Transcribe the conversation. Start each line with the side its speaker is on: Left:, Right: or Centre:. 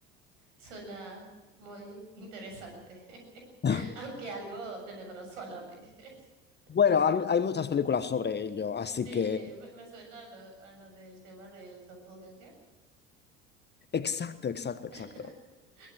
Right: suena muy interesante, <laughs>
Left: <laughs>
Right: aunque algo tenebroso a la vez. <laughs>
Left: Bueno, han- hay muchas películas sobre ello, así
Right: Sí,
Left: que...
Right: me, me suena a lo, a lo del tema del doppelganger.
Left: Exacto, exacto, exacto.
Right: <laughs>